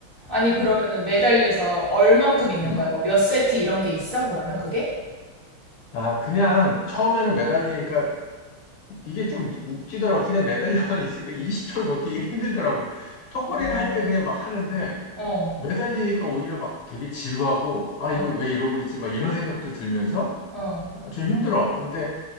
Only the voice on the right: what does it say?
아니, 그러면은
매달려서 얼만큼 있는
거야? 뭐 몇 세트 이런 게 있어? 그러면 그게?
어,
어,
어,
어.